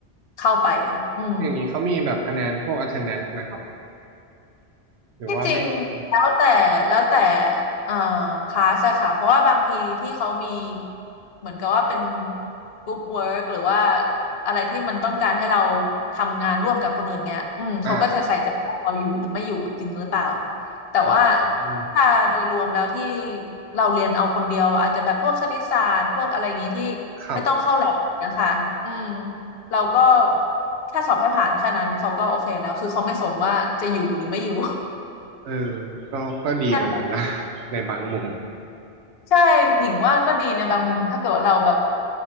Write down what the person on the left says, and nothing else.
เข้าไปอืม
ที่จริงแล้วแต่แล้วแต่เอ่อคลาสอะค่ะเพราะว่าบางทีที่เขามีเหมือนกับว่าเป็นกรุ๊ปเวิร์กหรือว่าอะไรที่มันต้องการให้เราทำงานร่วมกับคนอื่นเงี้ยอืมเขาก็จะใส่ใจว่าเราอยู่หรือไม่อยู่จริงหรือเปล่า
แต่ว่า
ถ้าโดยรวมแล้วที่เราเรียนเอาคนเดียวอาจจะแบบพวกคณิตศาสตร์พวกอะไรอย่างนี้ที่ไม่ต้องเข้าแลบเนี่ยค่ะอืม
เราก็แค่สอบให้ผ่านแค่นั้นเขาก็โอเคแล้วคือเขาไม่สนว่าจะอยู่หรือไม่อยู่
ใช่
ใช่หญิงว่าก็ดีในบางมุม ถ้าเกิดว่าเราแบบ